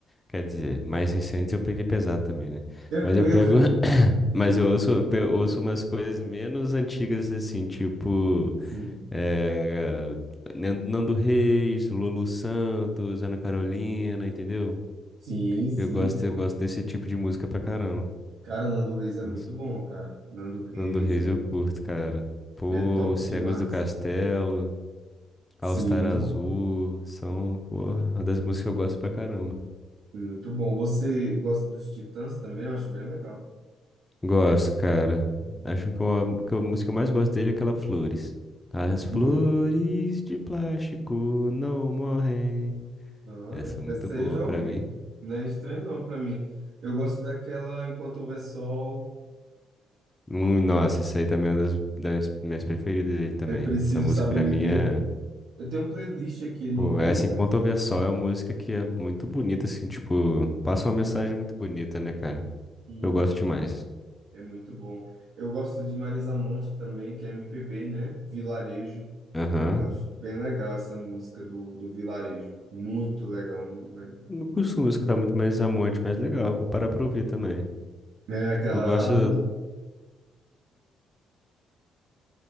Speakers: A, on the left; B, on the right.
A: quer dizer, mais recentes eu peguei pesado também, né?
B: <laughs> Tranquilo.
A: Mas eu pego, <laughs> <coughs> mas eu ouço, eu pe- ouço umas coisas menos antigas assim, tipo
B: Sim.
A: eh, Nan- Nando Reis, Lulu Santos, Ana Carolina, entendeu?
B: Sim, sim.
A: Eu gosto, eu gosto desse tipo de música pra caramba.
B: Cara, Nando Reis é muito
A: Nossa,
B: bom, cara. Nando Reis
A: Nando Reis
B: é,
A: eu curto, cara. Pô,
B: é top
A: Cegos
B: demais.
A: do Castelo.
B: Sim.
A: All-Star Azul, são, porra, uma das músicas que eu gosto pra caramba.
B: Muito bom. Você gosta dos Titãs também? Eu acho bem legal.
A: Gosto, cara. Acho que uma- que a música que eu mais gosto dele é aquela Flores. As flores
B: Ui.
A: de plástico não morrem.
B: Olha,
A: Essa é muito
B: essa
A: boa
B: aí eu já
A: pra
B: ouvi.
A: mim.
B: Não é estranho não para mim. Eu gosto daquela Enquanto Houver Sol,
A: Hum, nossa, essa aí também é uma das, das minhas preferidas dele também.
B: É Preciso
A: Essa música
B: Saber
A: pra
B: Viver.
A: mim é.
B: Eu tenho um playlist aqui no...
A: Pô, essa Enquanto Houver Sol é uma música que é muito bonita, assim, tipo, passa uma mensagem muito bonita, né, cara?
B: que
A: Eu gosto demais.
B: é muito bom. Eu gosto de Marisa Monte também, que é MPB, né? Vilarejo.
A: Aham.
B: Eu acho bem legal essa música do, do Vilarejo. Muito legal, muito legal.
A: Não costumo escutar muito mais Amonte, mas legal, vou parar pra ouvir também.
B: É aquela
A: Eu gosto,